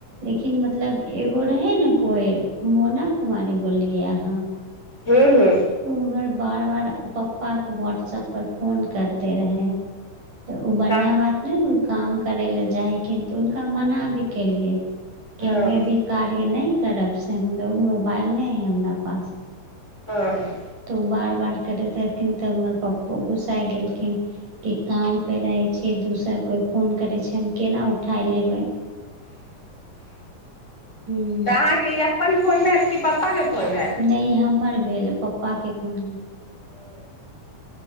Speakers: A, on the right; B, on the left.
A: लेकिन मतलब एगो रहे ने कोई मोना कुमारी बोललियै अहाँ।
B: जे होई।
A: ओ हमर बार बार पप्पाके व्हाट्सएप पर फोन करते रहे। तऽ ओ बढ़िआँ
B: का
A: बात नहि ने ओ काम करय लए जाइ हखिन तऽ हुनका मना भी केलियै। के
B: हँ
A: हममे
B: हँ
A: अभी कार्य नहि करब से हमो मोबाइल नहि हय हमरा पास।
B: हँ।
A: तऽ ओ बार बार करैत रहखिन तऽ हमर पप्पो घुस्सा गेलखिन। कि काम पे रहै छियै दोसर कोइ फोन करै छै हम केना उठा लेबै। हूँ
B: तऽ अहाँके ई अपन फोन भेल कि पपापाके फोन भेल।
A: नहि हमर भेल पप्पाके फोन।
B: हूं।